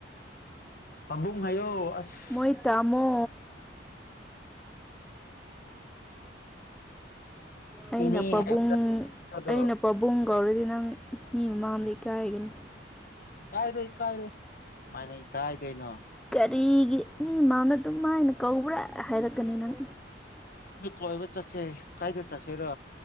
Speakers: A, on the left (about 50°); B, in the centre.
A: ꯄꯕꯨꯡ ꯍꯥꯏꯌꯣ ꯑꯁ
B: ꯃꯣꯏ ꯇꯥꯃꯣ ꯑꯩꯅ
A: ꯏꯅꯦ
B: ꯄꯥꯕꯨꯡ
A: ꯍꯥꯏꯕꯗꯣ
B: ꯑꯩꯅ ꯄꯥꯕꯨꯡ ꯀꯧꯔꯗꯤ ꯅꯪ ꯃꯤ ꯃꯃꯥꯡꯗ ꯏꯀꯥꯏꯒꯅꯤ
A: ꯀꯥꯏꯔꯣꯏ ꯀꯥꯏꯔꯣꯏ ꯃꯅ ꯀꯥꯏꯗꯣꯏꯩꯅꯣ
B: ꯀꯔꯤꯒꯤ ꯃꯤ ꯃꯅ ꯑꯗꯨꯝ ꯃꯥꯅ ꯀꯧꯕ꯭ꯔꯥ ꯍꯥꯏꯔꯛꯀꯅꯤ ꯅꯪ
A: ꯅ ꯀꯕ ꯆꯠꯁꯦ ꯀꯥꯏꯗ ꯆꯠꯁꯦꯔ